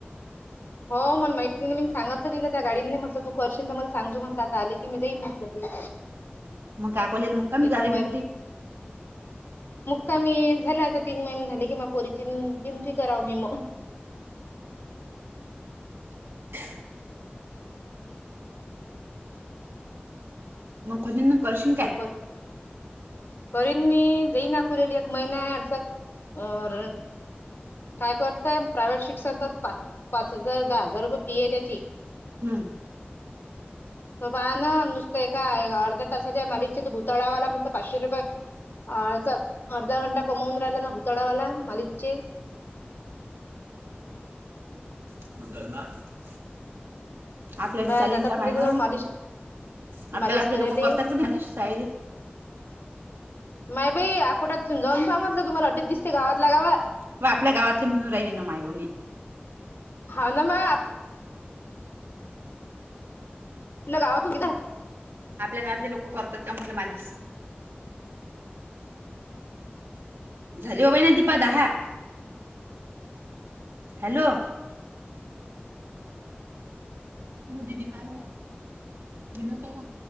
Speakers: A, on the left; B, on the right.
A: हो मला माहित नाही ना मी सांगतलं तिला त्या गाडींले म्हटलं तू करशीलन तर मला सांगजू म्हटलं आता आले की मी जाईन म्हटलं ती.
B: मग काकोलेयला मग कमी
A: एका
B: झालय गणपती?
A: कमी झाला आता तीन महिने झाले किंवा पोरींची बिनती कराव मी म.
B: <unintelligible> मग <unintelligible> करशीन काय?
A: पेपर करीन मी जाई नाखवलेली एक महिना आ चा आर काय करतय प्रायव्हेट शिक्षण करता तर पाच हजार दहा हजार रुपये फी आहे त्याची.
B: हम्म
A: हो पहा ना नुसतं एका अर्ध्या ताशा ज्या मालिकच्या तो भुतळावाला म्हटलं पाचशे रुपये अळचा अर्धा घंटा कमवून राहिला ना भुतळावाला मालिकचे.
B: <unintelligible> आपल्या दि
A: बाया
B: चालीन
A: जातात
B: काम
A: ना
B: आयवा
A: त्याच्याजवळ मालिश
B: आपल्या
A: मालिश
B: गावातले
A: करायले
B: लोकं करतात ना सायरी.
A: नाय बाई आठोड्यातून जाऊन पाह म्हटलं तुम्हाला ऑटो दिसते गावातल्या गावात.
B: व आपल्या गावातले म्हणून राहि ना मायव मी.
A: हा ना मा आपला गावातून गीध आहे.
B: आपल्या गावातले लोकं करतात का म्हटलं मालीस? झाली हो बाई ना दीपा दहा. हॅलो म दीदी पाहायला विनोद दादा